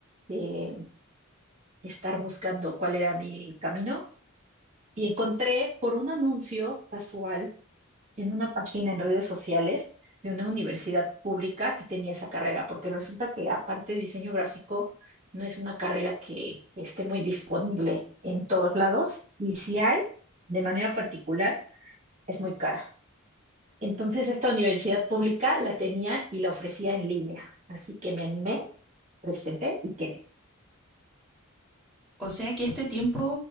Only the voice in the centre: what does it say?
O sea que este tiempo,